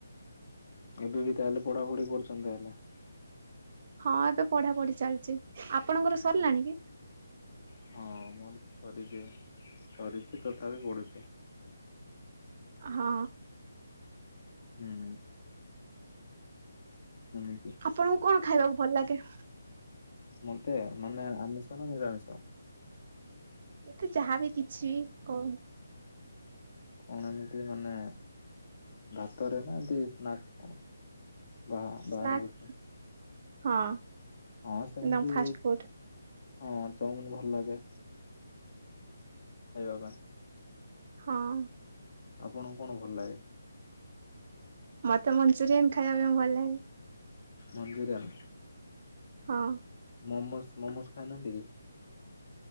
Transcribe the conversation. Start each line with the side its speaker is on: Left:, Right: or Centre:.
Left: ଏବେ ବି ତାହେଲେ ପଢାପଢି କରୁଛନ୍ତି ତାହଲେ।
Right: ହଁ ଏବେ ପଢା ପଢି ଚାଲିଛି ଆପଣଙ୍କର ସରିଲାଣି କି?
Left: ହଁ ମୋର ସରିଛି ସରିଛି ତଥାପି ପଢୁଛି।
Right: ହଁ।
Left: ହୁଁ। ସେମିତି
Right: ଆପଣଙ୍କୁ କଣ ଖାଇବାକୁ ଭଲ ଲାଗେ?
Left: ମତେ ମାନେ ଆମିଷ ନା ନିରାମିଷ?
Right: ଏ ତେ ଯାହା ବି କିଛି କହୁ।
Left: କଣ ଏମିତି ମାନେ ଭାତରେ ନା ଏମିତି ସ୍ନାକ୍ସ କଣ? ବା
Right: ସ୍ନାକ୍ସ
Left: ବାର କେତେ?
Right: ହଁ।
Left: ହଁ ସେମିତି
Right: ନା ଫାଷ୍ଟ ଫୁଡ
Left: ହଁ ଚାଉମିିନ ଭଲ ଲାଗେ। ଖାଇବା ପାଇଁ।
Right: ହଁ।
Left: ଆପଣଙ୍କୁ କଣ ଭଲ ଲାଗେ?
Right: ମତେ ମଞ୍ଚୁରିଆନ ଖାଇବା ପାଇଁ ଭଲ ଲାଗେ।
Left: ମଞ୍ଜୁରିୟାନ।
Right: ହଁ।
Left: ମୋମୋସ୍ ମୋମୋସ୍ ଖାଉନାହାନ୍ତି କି?